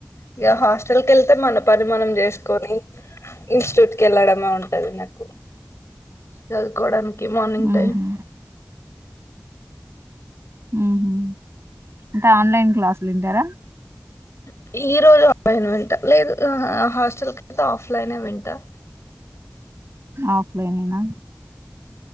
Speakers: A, on the left; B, on the right.
A: ఇక హాస్టల్ క వెళ్తే మన పని మనం చేసుకొని ఇన్స్టిట్యూట్ కి వెళ్ళడమే ఉంటది నాకు చదువుకోవడానికి మార్నింగ్
B: ఉహు
A: టైం
B: మ్మ్ హ్మ్మ్ అంటే ఆన్లైన్ క్లాసులు వింటారా
A: త్ ఈ రోజు ఆన్లైన్ వింటా లేదు హాస్టల్ కయితే ఆఫ్లైన్ వింటా
B: ఆఫ్లైనేనా